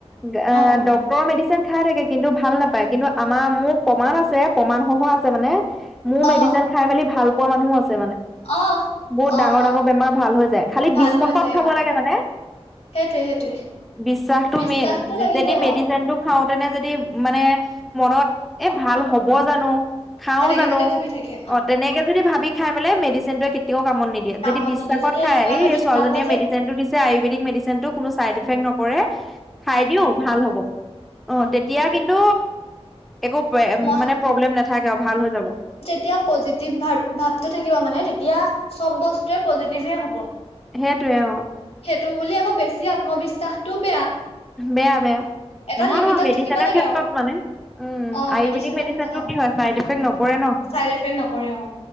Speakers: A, in the centre; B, on the left.
A: গা
B: অ
A: ড তৰ মেডিচিন খাই থাকে কিন্তু ভাল নাপায় কিন্তু আমাৰ মোৰ প্ৰমাণ আছে, প্ৰমাণসহ আছে মানে মোৰ মেডিচিন
B: অ
A: খাই মেলি ভাল পোৱা মানুহো আছে মানে
B: অ
A: বহুত
B: অ
A: ডাঙৰ -
B: অ
A: ডাঙৰ বেমাৰ ভাল হৈ যায়। খালি
B: ভাল
A: বিশ্বাসত
B: হৈ যায়
A: খাব
B: অ
A: লাগে মানে।
B: সেইটোৱে সেইটোৱে
A: বিশ্বাসটো
B: বিশ্বাসটো
A: মেইন
B: লাগিবই
A: যদি মে
B: আৰু
A: ডিচিনটো খাওঁতেনে যদি মানে মনত এ ভাল হ'ব জানো খাও
B: তেনেকে
A: জানো
B: যদি ভাবি থাকে
A: অ', তেনেকে যদি ভাবি খাই পেলাই মেডিচিনটোৱে কেতিয়াও কামত নিদিয়ে
B: কামত
A: যদি বিশ্বাসত
B: নিদিয়ে যদি
A: খাই
B: এনেকুৱা
A: এই
B: এটা বিশ্বাস
A: ছোৱালজনীয়ে
B: হয় যে
A: মডিচিনটো দিছে আয়ুৰ্বেদিক মেডিচিনটো কোনো চাইড এফেক্ট নকৰে। খাই দিও ভাল হ'ব। অঁ
B: উম।
A: তেতিয়া কিন্তু একো
B: মই
A: মানে প্ৰব্লেম নাথাকে আৰু ভাল হৈ যাব।
B: তেতিয়া পজিটিভ ভাৱ ভাৱটো থাকিব মানে তেতিয়া চব বস্তুৱে পজিটিভে হ'ব।
A: সেইটোৱে অঁ।
B: সেইটো বুলি আকৌ বেছি আত্মবিশ্বাসটোও বেয়া।
A: বেয়া বেয়া,
B: এটা
A: নহয়
B: লিমিটত
A: নহয় মেডিচিনৰ
B: থাকিব লাগে
A: ক্ষেত্ৰত
B: আৰু
A: মানে। উম,
B: অ
A: আয়ুৰ্বেদিক
B: মেডিচিনৰ
A: মেডিচিনটো
B: ভিতৰত অ
A: কি হয় চাইড এফেক্ট নপৰে ন'।
B: চাইড এফেক্ট নকৰে অ